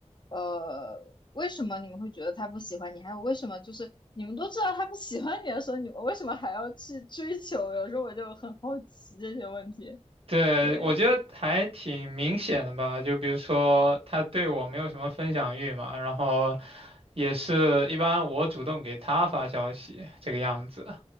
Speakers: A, on the left (about 40°); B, on the right (about 55°).
A: 呃，为什么你们会觉得他不喜欢你？还有为什么就是你们都知道他不喜欢你的时候，你们为什么还要去追求？有时候我就很好奇这些问题。
B: 对，
A: 对，
B: 我觉得还挺明显的吧，就比如说他对我没有什么分享欲嘛，然后也是一般我主动给他发消息这个样子。